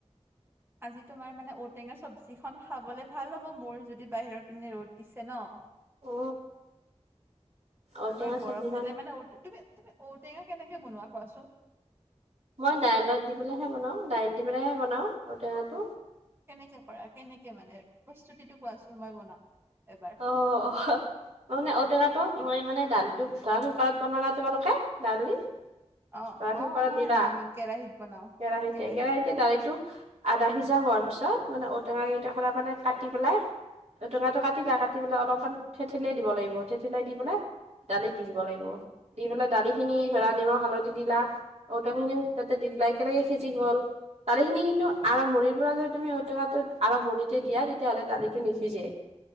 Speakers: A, on the right; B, on the right.
A: আজি তোমাৰ মানে ঔ টেঙা চব্জিখন খাবলে ভাল হ'ব মোৰ যদি বাহিৰৰ পিনে ৰ'দ দিছে ন।
B: <unintelligible> ঔটেঙা
A: তোমাৰ
B: চব্জিখন
A: গৰম দিলে মানে ঔ তুমি তুমি ঔ টেঙা কেনেকে বনোৱা কোৱাচোন?
B: মই দাইলত দিবলেহে বনাওঁ দাইল দি পেলাইহে বনাওঁ ঔ টেঙাটো।
A: কেনেকে কৰা কেনেকে মানে প্ৰস্তুতিটো কোৱাচোন মই বনাম এবাৰ।
B: অ অহ। মই মানে ঔ টেঙাটো মই মানে দালিটো ধৰা কুকাৰত বনানা তোমালোকে দালি।
A: অ
B: ধৰা কুকাৰত
A: অ নহয়
B: দিলা,
A: নহয় আমি কেৰাহীত বনাও
B: কেৰাহিতে
A: কেৰাহী
B: কেৰাহীতে দালিটো আধা সিজা হোৱাৰ পিছত মানে ঔ টেঙা কেইটোখৰা মানে কাটি পেলাই, ঔ টেঙাটো কাটি তিলা কাটি পেলাই অলপমান ঠেঠেলিয়াই দিব লাগিব ঠেঠেলিয়াই দি পেলাই দালিত দি দিব লাগিব দি পেলাই দালিখিনি ধৰা নিমখ হালধি দিলা। ঔ টেঙা খিনিও তাতে দি দিলা একেলগে সিজি গ'ল। দালিখিনি কিন্তু আৰম্ভণিৰ পৰা যদি তুমি ঔ টেঙাটো আৰম্ভণিতে দিয়া তেতিয়াহ'লে দালিটো নিসিজে।